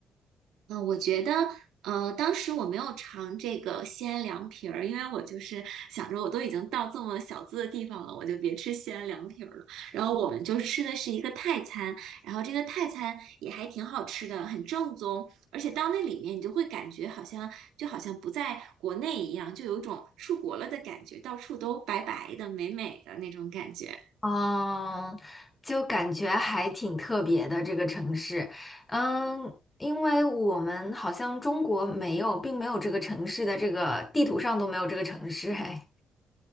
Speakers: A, on the right; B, on the left.
A: 嗯，呃我觉得，呃，当时我没有尝这个西安凉皮儿，因为我就是想着我都已经到这么小资的地方了，我就别吃西安凉皮儿了。然后我们就吃的是一个泰餐，然后这个泰餐也还挺好吃的，很正宗。而且到那里面，你就会感觉好像就好像不在国内一样，就有一种出国了的感觉，到处都白白的、美美的那种感觉。
B: 嗯，就感觉还挺特别的这个城市，嗯，因为我们好像中国没有，并没有这个城市的这个地图上都没有这个城市，哎，